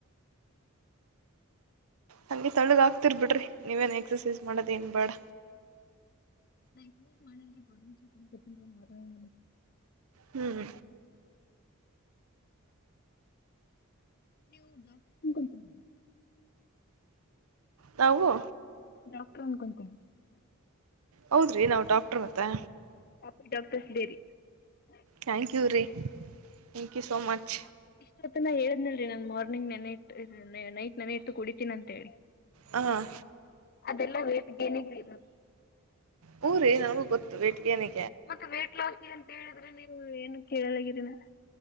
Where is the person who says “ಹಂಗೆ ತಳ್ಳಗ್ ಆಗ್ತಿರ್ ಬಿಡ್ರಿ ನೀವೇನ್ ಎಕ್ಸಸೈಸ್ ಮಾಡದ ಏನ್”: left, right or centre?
Right